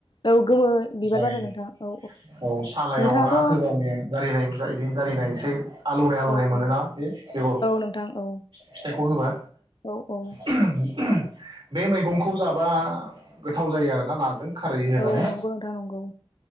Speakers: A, on the left (about 55°); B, on the right (about 55°).
A: औ गोमो बिबार
B: जारि
A: बारो नोंथां औ
B: औ सालायावहा
A: नोंथाङाथ'
B: होबा माने जारिनाय बिदि जारिनाय एसे आलौनाय आलौनाय
A: औ
B: मोनोना
A: औ
B: बे बेगर
A: औ नोंथां औ
B: फिथाइखौ होबा?
A: औ औ
B: ए <unintelligible> <unintelligible> बे मैगंखौ जाबा गोथाव जायो आरोना नाजों खारै होनानै
A: औ नंगौ नोंथां नंगौ